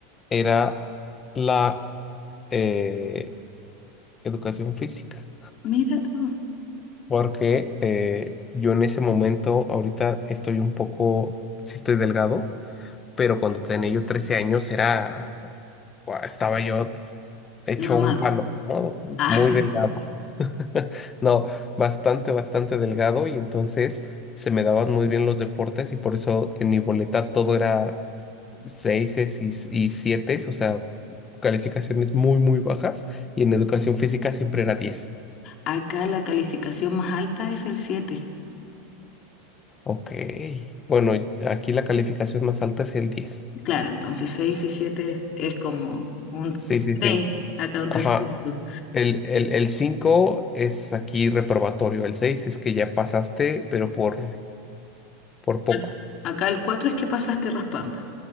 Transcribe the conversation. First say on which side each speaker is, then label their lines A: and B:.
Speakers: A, on the left; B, on the left.
A: era la eh, educación física.
B: Mira tú,
A: porque eh, yo en ese momento, ahorita estoy un poco, sí estoy delgado, pero cuando tenía yo 13 años era, guau, estaba yo hecho
B: mamado.
A: un palo, ¿no?
B: Ah,
A: Muy
B: <laughs>
A: delgado. <laughs> No, bastante, bastante delgado y entonces se me daban muy bien los deportes y por eso en mi boleta todo era seises y, y sietes, o sea, calificaciones muy, muy bajas y en educación física siempre era diez
B: acá la calificación más alta es el siete
A: Ok. Bueno, y aquí la calificación más alta es el 10.
B: Claro, entonces 6 y 7 es como un
A: Sí, sí,
B: 3
A: sí.
B: acá un
A: Ajá.
B: 3,5.
A: El, el, el 5 es aquí reprobatorio. El 6 es que ya pasaste, pero por, por poco.
B: Ac- Acá el 4 es que pasaste raspando.